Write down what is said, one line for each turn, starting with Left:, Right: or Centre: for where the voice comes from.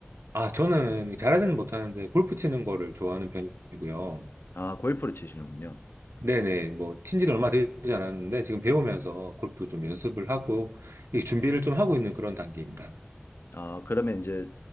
Right: 아, 저는 잘하지는 못하는데 골프 치는 거를 좋아하는 편이고요.
Left: 아, 골프를 치시는군요.
Right: 네네, 뭐, 친지 는 얼마 되지 않았는데 지금 배우면서 골프 좀 연습을 하고, 이 준비를 좀 하고 있는 그런 단계입니다.
Left: 아, 그러면 이제